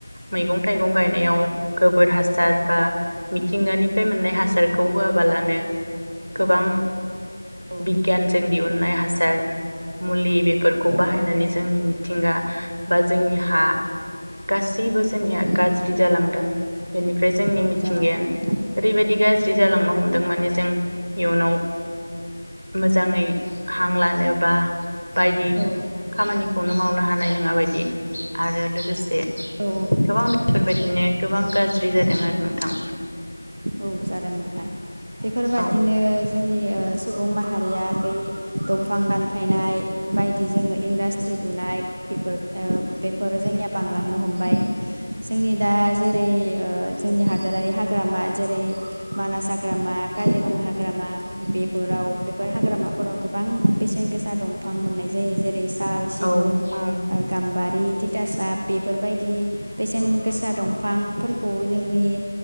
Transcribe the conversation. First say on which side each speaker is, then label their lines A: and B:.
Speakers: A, on the right (about 55°); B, on the right (about 20°).
A: मैगं थाइगं गायनायाव गोबोर हासार बा मिथिंगानिफ्राय मोननाय हासारखौ होआबालानो गोबां
B: औ औ
A: बिगियानजों दिहुननाय हासार मुलि बे फोरखौ
B: औ
A: बाहायनानै जोंनि मिथिंगा बा जोंनि हा गासैबो जोंनिया
B: औ
A: गाज्रि जालांदों बेनिफ्राय जोंनि
B: औ
A: मिथिंगाया
B: जालांदों नोंथां
A: ओरैबायदि गाज्रि जालांनो हमदों दों माने जों इयुनाव मोजांङै हां लानोबा बायदि
B: औ
A: खामानिखौनो मावनो हानाय नोङाबायदि आरो लोगोसे
B: औ
A: गोबां बेफोर बाय बिनो गोबां गाज्रि जादों आरो नोंथां।
B: औ जादों नोंथां बेफोरबादिनो
A: औ
B: जोंनि ओ सो सुबुं माहारिया बै दंफां दानफायनाय बाय इदि जोङो इनदास्त्रि लुनाय बेफोर ओ बेफोर जोंनिया बांलांनो हमबाय जोंनि दा जेरै ओ जोंनि हादोरारि हा ग्रामार जेरै मानास हाग्रामा, काजिरङा हाग्रामा बेफोराव बेफोर हाग्रामाफोराव गोबां बेसेन गोसा दंफां मोननाय जायो जेरै सा साल, सिगुन
A: औ औ
B: ओ गाम्बारि तितासाब बेफोरबायदि बेसेन गोसा दंफां फोरखौ जोंनि